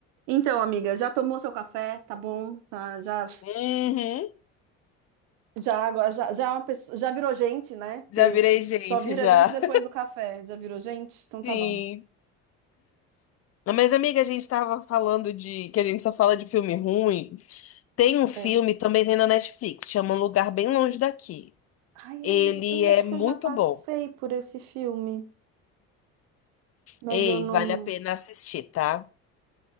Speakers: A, on the right; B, on the left.
A: Então, amiga, já tomou seu café? Tá bom? Tá, já,
B: Uhum.
A: já, agora- já, já, é uma pessoa- já virou gente, né?
B: Já
A: Que
B: virei gente,
A: só vira
B: já.
A: gente depois
B: <laughs>
A: do café. Já virou gente? Então
B: Sim.
A: tá bom.
B: Mas, amiga, a gente tava falando de... Que a gente só fala de filme ruim. Tem um filme,
A: É.
B: também tem na Netflix, chama Um Lugar Bem Longe Daqui.
A: Ai,
B: Ele
A: eu, eu
B: é
A: acho
B: muito
A: que eu já passei
B: bom.
A: por esse filme, mas
B: Ei,
A: eu não.
B: vale a pena assistir, tá?